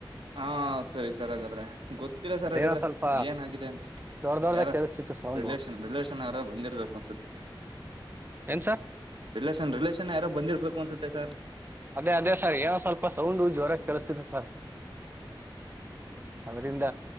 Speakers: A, on the right; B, on the right.
A: ಹಾ ಸರಿ ಸರ್ ಹಾಗಾದ್ರೆ ಗೊತ್ತಿಲ್ಲ ಸರ್
B: ಅದೇನೋ
A: ಹಾಗಾದ್ರೆ
B: ಸ್ವಲ್ಪ
A: ಏನಾಗಿದೆ ಅಂತ
B: ದೊಡ್ಡ ದೊಡ್ಡದಾಗ
A: ಯಾರ
B: ಕೇಳಿಸ್ತಿತ್ತು ಸೌಂಡು
A: ರಿಲೇಷನ್ ರಿಲೇಷನ್ ಯಾರ ಬಂದಿರ್ಬೇಕು ಅನ್ಸುತ್ತೆ ಸರ್
B: ಏನ್ ಸರ್
A: ರಿಲೇಷನ್ ರಿಲೇಷನ್ ಯಾರೋ ಬಂದಿರ್ಬೇಕು. ಕೂ ಅನ್ಸುತ್ತೆ ಸರ್.
B: ಅದೇ ಅದೇ ಸರ್ ಏನೋ ಸ್ವಲ್ಪ ಸೌಂಡ್ ಜೋರ ಕೇಳಿಸ್ತಿತ್ತು ಹಾ <inaudible> ಅದರಿಂದ